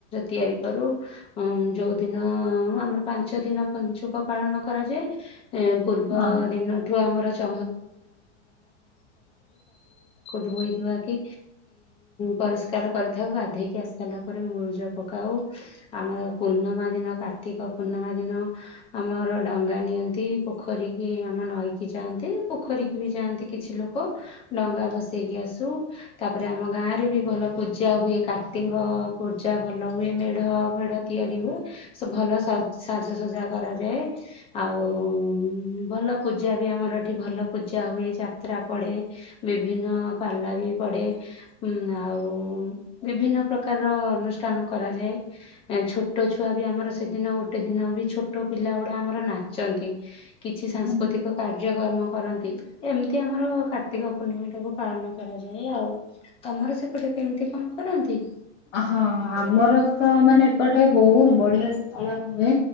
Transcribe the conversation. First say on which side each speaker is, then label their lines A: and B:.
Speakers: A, on the left; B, on the left.
A: ତିଆରି କରୁ। ଯୋଉଦିନ ଆମର ପାଞ୍ଚ ଦିନ ପଞ୍ଚୁକ ପାଳନ କରାଯାଏ। ଏ ପୂର୍ବ
B: ହଁ
A: ଦିନଠୁ ଆମର ଚ ଧୋଇ ଧୁଆକି ପରିଷ୍କାର କରିଥାଉ ଗାଧୋଇକି ଆସି ସାରିଲା ପରେ ମୁରୁଜ ପକାଉ ଆମର ପୂର୍ଣ୍ଣମା ଦିନ କାର୍ତ୍ତିକ ପୂର୍ଣ୍ଣମା ଦିନ ଆମର ଡଙ୍ଗା ନିଅନ୍ତି ପୋଖରୀ କି ଆମ ନଈକି ଯାଆନ୍ତି ପୋଖରୀ କି ବି ଯାଆନ୍ତି। କିଛି ଲୋକ ଡଙ୍ଗା ଭସେଇକି ଆସୁ। ତାପରେ ଆମ ଗାଁରେ ବି ଭଲ ପୂଜା ହୁଏ କାର୍ତ୍ତିକ ପୂଜା ଭଲ ହୁଏ ମେଢ ଫେଡ଼ ତିଆରି ହୁଏ ଭଲଜ ସାଜସଜା କରାଯାଏ ଆଉ ଭଲ ଭଲ ପୂଜା ବି ଆମର ଏଠି ଭଲ ପୂଜା ହୁଏ ଯାତ୍ରା ପଡେ ବିଭିନ୍ନ ପାଲା ବି ପଡେ। ଉ ଆଉ ବିଭିନ୍ନ ପ୍ରକାରର ଅନୁଷ୍ଠାନ କରାଯାଏ। ଛୋଟ ଛୁଆ ବି ଆମର ସେଦିନ ଗୋଟେ ଦିନ ବି ଛୋଟ ପିଲା ଗୁଡା ଆମର ନାଚନ୍ତି। କିଛି ସାଂସ୍କୃତିକ
B: ହୁଁ।
A: କାର୍ଯ୍ୟକ୍ରମ କରନ୍ତି ଏମିତି ଆମର କାର୍ତ୍ତିକ ପୂର୍ଣ୍ଣିମା ଟାକୁ ପାଳନ କରାଯାଏ ଆଉ ତମର ସେପଟେ କେମିତି କଣ କରନ୍ତି?
B: ହଁ ଆମର ତ ମାନେ ଏପଟେ ବହୁତ ବଢିଆ ସେ ପାଳନ ହୁଏ